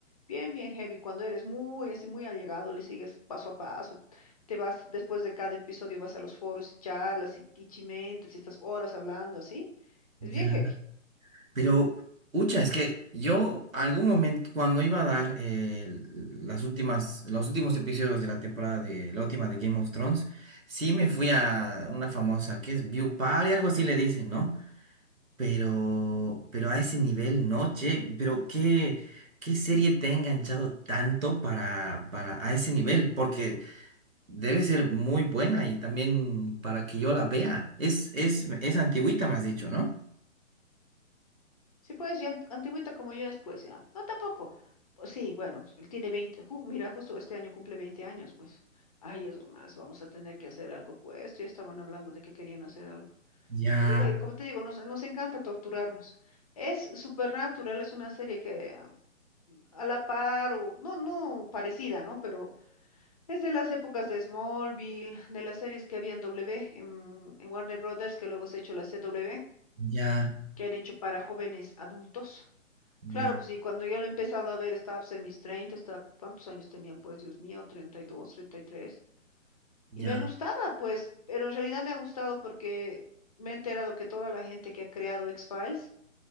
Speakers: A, on the left; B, on the right.
A: Bien, bien heavy. Cuando eres muy así, muy allegado, le sigues paso a paso, te vas, después de cada episodio vas a los foros y charlas y, y chimentes y estás horas hablando así.
B: ya.
A: Es bien heavy.
B: Pero, ucha, es que yo algún momento, cuando iba a dar eh, las últimas, los últimos episodios de la temporada de la última de Game of Thrones, sí me fui a una famosa, que es View Party, algo así le dicen, ¿no? Pero, pero a ese nivel, no, che, pero qué, qué serie te ha enganchado tanto para, para a ese nivel, porque debe ser muy buena y también para que yo la vea. Es, es, es antigüita, me has dicho, ¿no?
A: Sí, pues, ya ant- antigüita como yo después, ya. No, tampoco. Pues sí, bueno, él tiene veinte ju- mira, justo este año cumple 20 años, pues. Ay, eso más, vamos a tener que hacer algo, pues. Ya estaban hablando de que querían hacer algo.
B: Ya,
A: Es de que, como te digo, nos, nos encanta torturarnos. Es Supernatural, es una serie que ah, a la par, o no, no parecida, ¿no? Pero es de las épocas de Smallville, de las series que había en W, en, en Warner Brothers, que luego se ha hecho la CW,
B: ya,
A: que han hecho para jóvenes adultos. Claro,
B: ya,
A: pues y cuando yo la he empezado a ver, estaba pues, en mis 30, estaba, ¿cuántos años tenía? Pues Dios mío, treinta treinta y dos, treinta y tres.
B: ya,
A: Y me gustaba, pues, pero en realidad me ha gustado porque me he enterado que toda la gente que ha creado X-Files